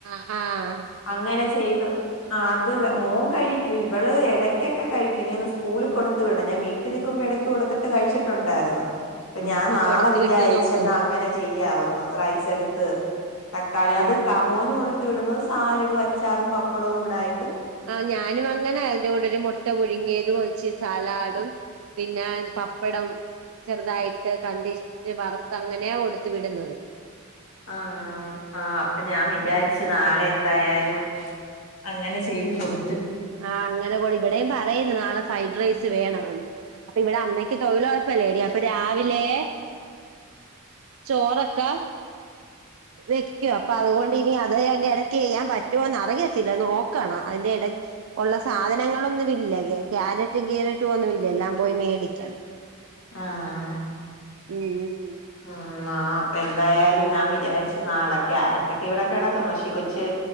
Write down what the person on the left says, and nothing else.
അങ്ങനെ ചെയ്തു. ആ അത് മോൻ കഴിക്കും. ഇവള് എടയ്ക്കൊക്കെ കഴിക്കും. ഇനിയൊന്ന് സ്കൂളി കൊടുത്ത് വിടണം. ഞാൻ വീട്ടിൽ നിൽക്കുമ്പം എടയ്ക്ക് കൊടു ത്തിട്ട് കഴിച്ചിട്ടുണ്ടാര്ന്നു. പ്പം
ഞാൻ
നാളെ
വിചാരിച്ചെന്നാ
അങ്ങനെ ചെയ് യ്യാവെന്ന്. റൈസ് എടുത്ത് തക്കാളി അത്
ക മോന് കൊടുത്ത് വിടുന്നത് സ് സാലഡും അച്ചാറും പപ്പടവും കൂടായി
ആഹ് ആ അപ്പൊ ഞാൻ വിചാരിച്ചു നാ യാലും അങ്ങനെ ചെയ്ത് കൊടു
ആഹ്
ഉം. ആ അപ്പൊ എന്തായാലും ഞാൻ വിചാരിച്ചു നാളെ ക്യാരറ്റൊക്കെ ഇവിടെക്കെടക്കുന്ന്. പക്ഷേ കൊച്ച്